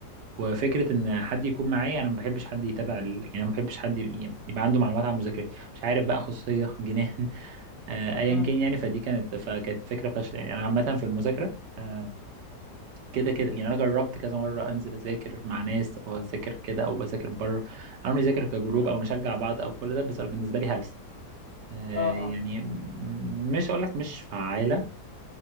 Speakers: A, on the right; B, on the left.
A: وفكرة إن حد يكون معايا أنا ما بحبش حد يتابع ال... يعني ما بحبش حد ي- يبقى عنده معلومات عن مذاكرتي مش عارف بقى خصوصية جنان آه، أيا
B: امم
A: كان يعني فدي كانت فكانت فكرة فاشلة يعني أنا عامة في المذاكرة آه، كده كده يعني أنا جربت كذا مرة أنزل أذاكر مع ناس أو أذاكر كده أو بذاكر بره أو نذاكر كجروب
B: اه
A: أو نشجع بعض أو كل ده بس بالنسبة لي هلس آه،
B: اه
A: يعني م- مش هقول لك مش فعالة